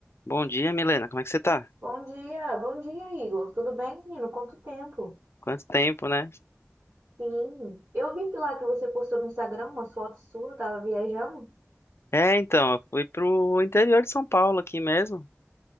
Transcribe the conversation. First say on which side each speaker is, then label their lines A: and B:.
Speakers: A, on the left; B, on the right.
A: Bom dia, Milena. Como é que você tá?
B: Bom dia, bom dia, Igor. Tudo bem, menino? Quanto tempo?
A: Quanto tempo, né?
B: Sim, eu vi que lá que você postou no Instagram umas fotos suas, tava viajando.
A: É, então, eu fui pro interior de São Paulo aqui mesmo,